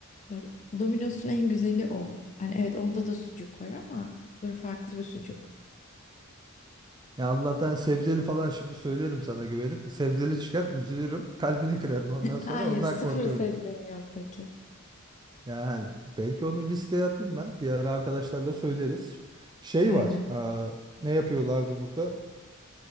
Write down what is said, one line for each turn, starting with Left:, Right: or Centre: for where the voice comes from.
Left: Bak Domino's'un en güzeli o. Hani evet onda da sucuk var ama böyle farklı bir sucuk.
Right: Ya Allah'tan sebzeli falan şimdi söylerim sana güvenip. Sebzeli çıkar üzülürüm. Kalbini kırarım ondan sonra.
Left: Hayır,
Right: Ondan
Left: sıfır
Right: korkuyorum.
Left: sebzeni yoktaki.
Right: Yani belki onu listeye atayım ben. Bir ara arkadaşlarla söyleriz. Şey
Left: Aynen.
Right: var. aa, ne yapıyorlardı burada?